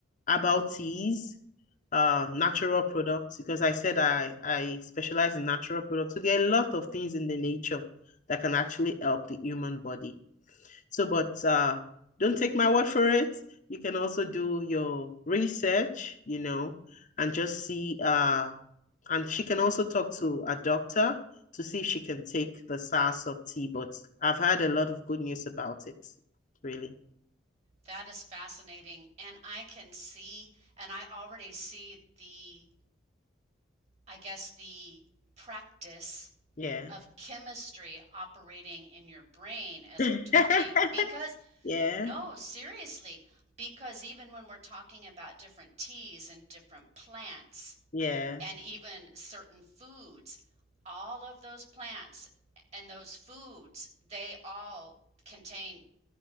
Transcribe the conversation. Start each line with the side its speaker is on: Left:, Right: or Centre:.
Left: herbal teas uh natural products because I said I I specialize in natural products. So there are a lot of things in the nature that can actually help the human body. So, but uh don't take my word for it. You can also do your research, you know, and just see uh and she can also talk to a doctor to see if she can take the soursop tea. But I've had a lot of good news about it, really.
Right: That is fascinating, and I can see, and I already see the I guess, the practice
Left: Yeah.
Right: of chemistry operating in your brain as
Left: <laughs>
Right: we're talking. Because,
Left: Yeah.
Right: no, seriously, because even when we're talking about different teas and different plants
Left: Yes.
Right: and even certain foods, all of those plants and those foods, they all contain